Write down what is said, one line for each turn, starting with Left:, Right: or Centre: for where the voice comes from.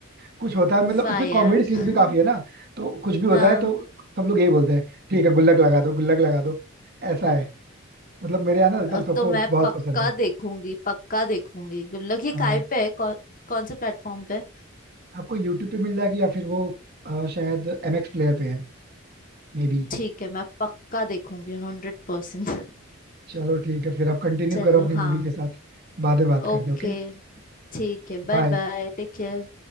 Right: कुछ होता है मतलब
Left: वाह
Right: उसमें
Left: यार
Right: कॉमेडी सीन
Left: <laughs>
Right: भी काफी है ना तो कुछ भी होता
Left: हाँ
Right: है तो सब लोग यही बोलते हैं ठीक है गुल्लक लगा दो गुल्लक लगा दो ऐसा है मतलब मेरे यहाँ ना एकदम
Left: अब
Right: सबको
Left: तो मैं
Right: बहुत
Left: पक्का
Right: पसंद है
Left: देखूंगी पक्का देखूंगी गुड लक ये
Right: हाँ
Left: काय पे है कौन कौन से प्लेटफॉर्म पे
Right: आपको यूट्यूब पे मिल जाएगी या फिर वो अ, शायद एमएक्स प्लेयर पे है मे बी
Left: ठीक है मैं पक्का देखूंगी हंड्रेड परसेंट <laughs>
Right: चलो ठीक है फिर आप कंटिन्यू
Left: चलो
Right: करो अपनी
Left: हाँ
Right: मूवी के साथ बाद में बात करते
Left: ओके
Right: हैं ओके
Left: ठीक है बाय
Right: बाय
Left: बाय टेक केयर